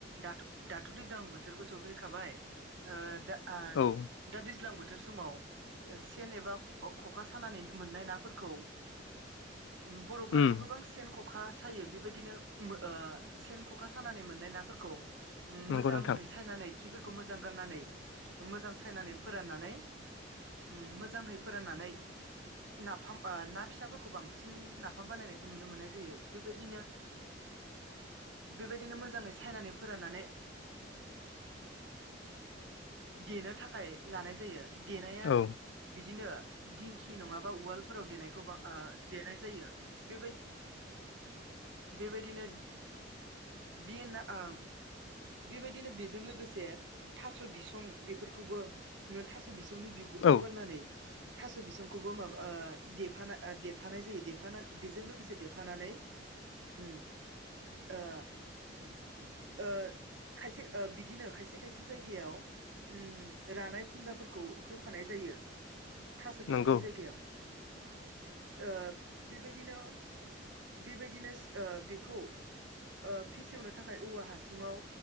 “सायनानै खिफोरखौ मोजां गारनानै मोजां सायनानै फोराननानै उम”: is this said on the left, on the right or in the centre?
Right